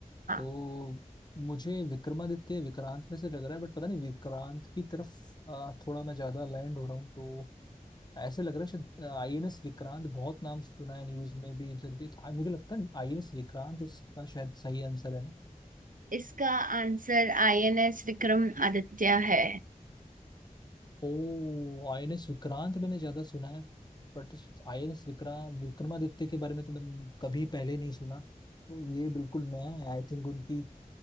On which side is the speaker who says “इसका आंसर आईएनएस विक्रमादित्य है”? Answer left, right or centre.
Right